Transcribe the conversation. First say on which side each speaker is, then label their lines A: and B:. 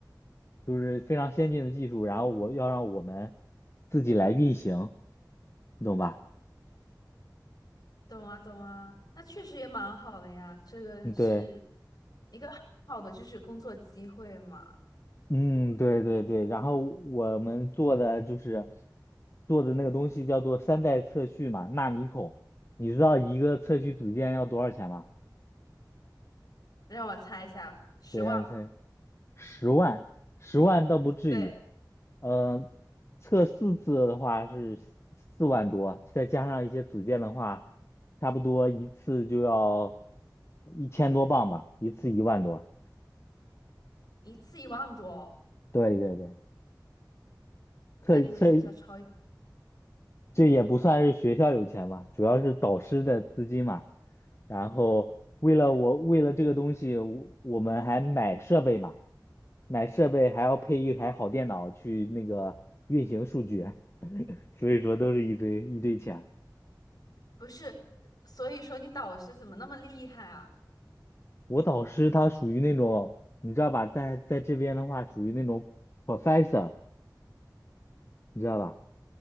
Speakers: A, on the left; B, on the left.
A: 就是非常先进的技术，然后我要让我们自己来运行，你懂吧？
B: 懂啊，懂啊。那确实也蛮好的呀，这个是
A: 嗯，对。
B: 一个很好的就是工作机会嘛。
A: 嗯，对对对，然后我们做的就是做的那个东西叫做三代测序嘛，纳米孔。你知道一个测序组件要多少钱吗？
B: 让我猜一下，十万。
A: 对，让你猜，十万，十万倒不至于。
B: 对，
A: 嗯，测四次的话是四四万多，再加上一些组件的话，差不多一次就要一千多磅吧，一次一万多。
B: 一次一万多哦
A: 对对对，测测
B: 那你们学校超，
A: 这也不算是学校有钱嘛，主要是导师的资金嘛。然后为了我，为了这个东西，我我们还买设备嘛，买设备还要配一台好电脑去那个运行数据，<laughs> 所以说都是一堆一堆钱。
B: 不是，所以说你导师怎么那么厉害啊？
A: 我导师他属于那种，你知道吧，在在这边的话属于那种 professor，你知道吧？